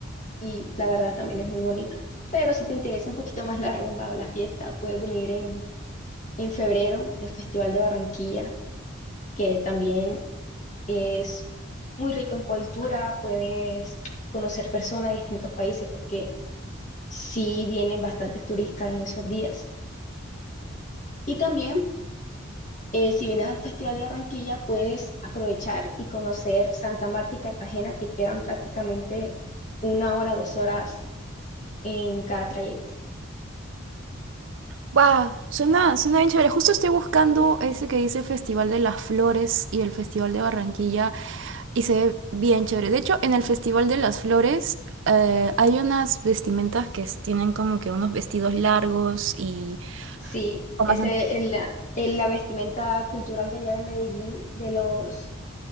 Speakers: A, on the left (about 35°); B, on the right (about 65°).
A: y la verdad también es muy bonito. Pero si te interesa un poquito más la rumba o la fiesta, puedes venir en, en febrero, el Festival de Barranquilla que también es muy rico en cultura, puedes conocer personas de distintos países porque sí vienen bastantes turistas en esos días. Y también, eh, si vienes al Festival de Barranquilla, puedes aprovechar y conocer Santa Marta y Cartagena, que quedan prácticamente una hora, dos horas en cada trayecto.
B: Wow, suena, suena bien chévere. Justo estoy buscando ese que dice Festival de las Flores y el Festival de Barranquilla y se ve bien chévere. De hecho, en el Festival de las Flores eh, hay unas vestimentas que s- tienen como que unos vestidos largos y
A: Sí,
B: con
A: ese
B: bastante...
A: es la, es la vestimenta cultural de allá de Medellín, de los